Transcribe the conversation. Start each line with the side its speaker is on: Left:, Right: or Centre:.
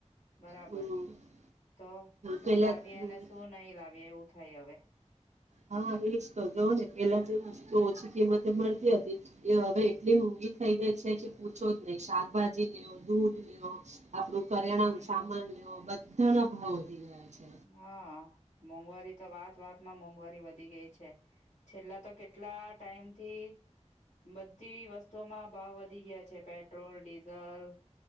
Left: બરાબર
Right: હમ
Left: તો શું
Right: પેલા
Left: લાવ્યા
Right: હમ,
Left: અને શું નહી લાવી એવું થાય હવે
Right: હા એ તો જ ને પેલા જે વસ્તુ ઓછી કિંમતે મળતી હતી એ હવે એટલી મોંઘી થઈ ગઈ છે કે પૂછો જ નહી શાકભાજી લેવ દૂધ લેવ આપડું પરિણામ
Left: હમ
Right: સામાન લેવો બધ ધણા ભાવ વધી ગયા છે.
Left: હા મોંઘવારી તો વાત વાત માં મોંઘવારી વધી વધ ગઈ છે છેલ્લા તો કેટલા ટાઈમથી બધી વસ્તુઓમાં ભાવ વધી ગયા છે પેટ્રોલ ડીઝલ